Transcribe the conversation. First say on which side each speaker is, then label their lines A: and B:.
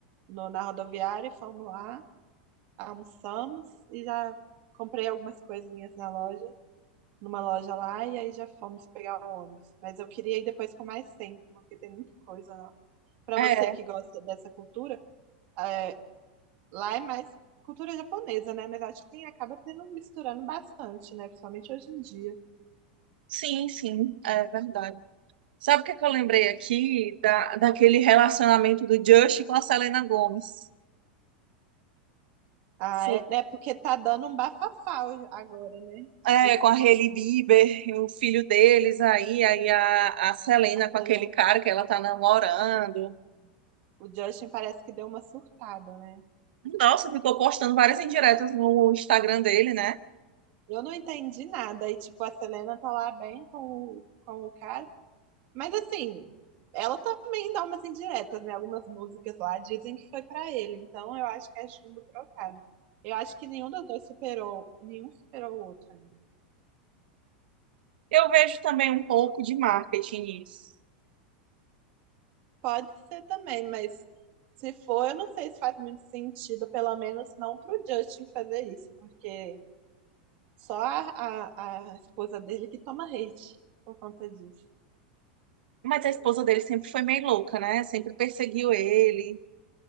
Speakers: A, on the right; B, on the right.
A: no, na rodoviária e fomos lá, almoçamos e já comprei algumas coisinhas na loja, numa loja lá, e aí já fomos pegar o ônibus. Mas eu queria ir depois com mais tempo, porque tem muita coisa lá. Pra
B: é
A: você que gosta dessa cultura, é, lá é mais cultura japonesa, né? Mas acho que tem, acaba tendo misturando bastante, né? Principalmente hoje em dia.
B: Sim, sim, é verdade. Sabe o que é que eu lembrei aqui da, daquele relacionamento do Justin com a Selena Gomez?
A: Ah,
B: Sim.
A: é, é porque tá dando um bafafá hoje- agora, né?
B: É,
A: Esse,
B: com a Hailey Bieber, e o filho deles aí, aí a, a Selena
A: nossa,
B: com aquele
A: eu lembro
B: cara que ela tá namorando.
A: que o Justin parece que deu uma surtada, né?
B: Nossa, ficou postando várias indiretas no Instagram dele, né?
A: Eu não entendi nada. E, tipo, a Selena tá lá bem com o, com o cara. Mas, assim, ela também dá umas indiretas, né? Algumas músicas lá dizem que foi pra ele. Então, eu acho que é chumbo trocado. Eu acho que nenhum dos dois superou, nenhum superou o outro ainda.
B: Eu vejo também um pouco de marketing nisso.
A: Pode ser também, mas se for, eu não sei se faz muito sentido, pelo menos não pro Justin fazer isso, porque só a, a, a esposa dele que toma hate por conta disso.
B: Mas a esposa dele sempre foi meio louca, né? Sempre perseguiu ele,